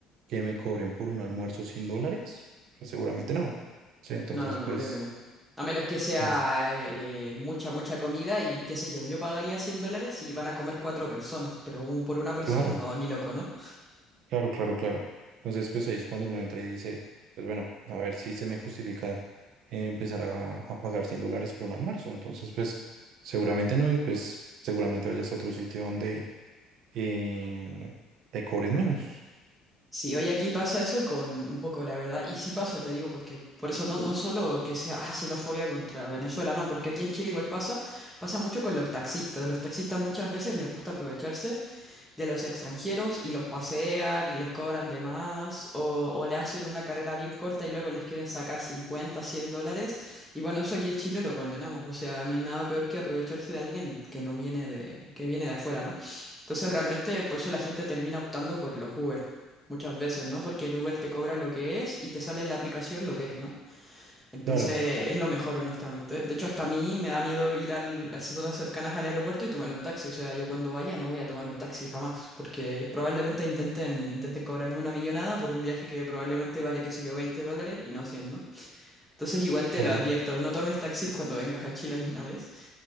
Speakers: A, on the right (about 60°); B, in the centre.
A: que me cobren por un almuerzo 100 dólares? Pues, seguramente no. Sí, entonces
B: No, no, no,
A: pues,
B: obvio que no. A menos que sea
A: pues,
B: eh, mucha, mucha comida y qué sé yo, yo pagaría 100 dólares y van a comer cuatro personas, pero un- por una persona,
A: claro.
B: no, ni loco, ¿no?
A: Claro, claro, claro. Entonces, pues ahí es cuando uno entra y dice, pues bueno, a ver si se me justifica eh, empezar a, a pagar 100 dólares por un almuerzo. Entonces, pues seguramente no y pues seguramente vayas a otro sitio donde em, te cobren menos.
B: Sí, hoy aquí pasa eso con un poco la verdad, y sí pasa, te digo, porque por eso no, no solo que sea <laughs> ah, xenofobia contra Venezuela, no, porque aquí en Chile igual pasa, pasa mucho con los taxistas. Los taxistas muchas veces les gusta aprovecharse. de los extranjeros y los pasean y les cobran de más o, o le hacen una carrera bien corta y luego les quieren sacar 50, 100 dólares. Y bueno, eso aquí en Chile lo condenamos. O sea, no hay nada peor que aprovecharse de alguien que no viene de, que viene de afuera, ¿no? Entonces realmente por eso la gente termina optando por los Uber muchas veces, ¿no? Porque el Uber te cobra lo que es y te sale en la aplicación lo que es, ¿no? Entonces
A: Claro,
B: es lo mejor, honestamente. De hecho, hasta a mí me da miedo ir al, a zonas cercanas al aeropuerto y tomar un taxi. O sea, yo cuando vaya no voy a tomar un taxi jamás, porque probablemente intenten, intenten cobrarme una millonada por un viaje que probablemente vale, qué sé yo, 20 dólares y no 100, ¿no? Entonces igual te
A: claro.
B: lo advierto,
A: y-
B: no tomes taxis cuando vengas a Chile alguna vez.